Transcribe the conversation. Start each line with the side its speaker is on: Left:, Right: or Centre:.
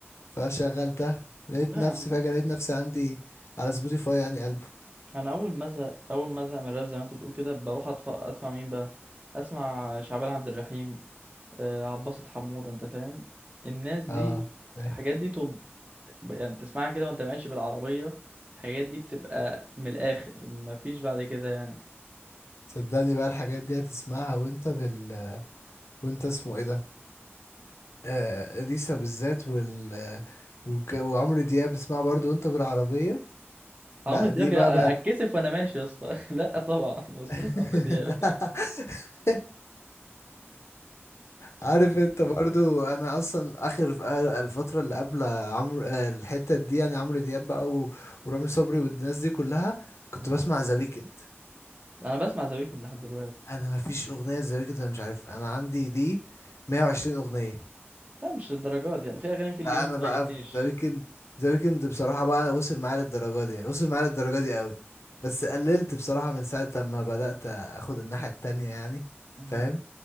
Left: فشغلتها لقيت
Right: لا
Left: نفسي
Right: يا عم
Left: فجأة لقيت نفسي عندي على سبوتيفاي يعني ألبوم
Right: انا اول ما ازهق اول ما ازهق من الراب زي ما انت بتقول كده بروح أطف... اسمع مين بقى اسمع شعبان عبد الرحيم آه، عباسة حمودة انت فاهم الناس دي
Left: اه إيه.
Right: الحاجات دي طب يعني تسمعها كده وانت ماشي بالعربية الحاجات دي بتبقى من الاخر مفيش بعد كده يعني
Left: صدقني بقى الحاجات دي هتسمعها وانت بال وانت اسمه ايه ده آه اليسا بالذات وال وك- وعمرو دياب اسمعها برضو وانت بالعربية لا
Right: عمرو دياب
Left: دي بقى
Right: يا- اتكسف وانا ماشي يا اسطى <laughs> لا طبعا ما بسمعش
Left: <laughs>
Right: عمرو دياب <laughs>
Left: عارف انت برضو انا اصلا اخر ف- الفتره اللي قبل عمرو آه، الحته دي يعني عمرو دياب بقى و- ورامي صبري والناس دي كلها كنت
Right: مم.
Left: بسمع ذا ويكند
Right: انا بسمع ذا ويكند لحد دلوقتي
Left: انا ما فيش اغنيه ذا ويكند انا مش عارف انا عندي دي 120 اغنيه
Right: لا مش للدرجات يعني في اغاني في اللي
Left: لا
Right: ما بتعجبنيش
Left: انا بقى في ذا ويكند ذا ويكند بصراحه بقى وصل معايا للدرجه دي وصل معايا للدرجه دي قوي بس قللت بصراحه من ساعه لما بدات اخد الناحيه التانية يعني
Right: مم.
Left: فاهم